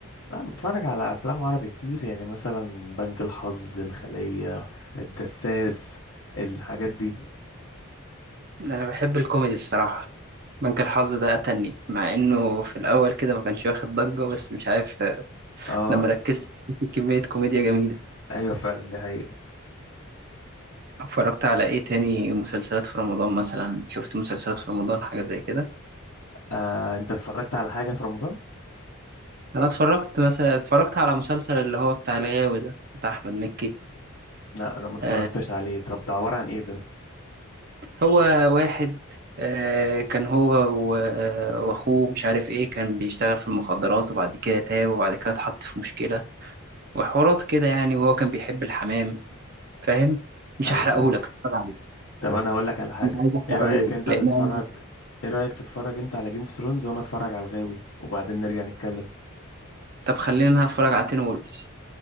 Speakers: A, on the left; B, on the right.
A: لا بتفرج على افلام عربي كتير يعني مثلا بنك الحظ الخلية الدساس الحاجات دي
B: انا بحب الكوميدي الصراحه بنك الحظ ده قتلني مع انه في الاول كده ما كانش واخد ضجه بس مش عارف آه،
A: اه
B: لما ركزت في كميه كوميديا جميله
A: ايوه فعلا دي حقيقة
B: اتفرجت على ايه تاني مسلسلات في رمضان مثلا شفت مسلسلات في رمضان حاجة زي كده
A: آه انت اتفرجت على حاجة في رمضان
B: انا اتفرجت مثلا اتفرجت على مسلسل اللي هو بتاع الغاوي ده بتاع احمد مكي
A: لا انا ما اتفرجتش
B: آه
A: عليه طب ده عبارة عن ايه ده
B: هو واحد آه كان هو و- آه، واخوه مش عارف ايه كان بيشتغل في المخدرات وبعد كده تاب وبعد كده اتحط في مشكلة وحوارات كده يعني وهو كان بيحب الحمام فاهم مش
A: ايوه
B: هحرقهولك
A: ايوه
B: اتفرج عليه
A: طب انا هقول لك على حاجة
B: مش عايز احرقهولك
A: ايه رأيك انت
B: لان
A: تتفرج
B: أنا-
A: ايه رأيك تتفرج انت على جيم اوف ثرونز وانا اتفرج على الغاوي وبعدين نرجع نتكلم
B: طب خلينا نتفرج على تين وولفز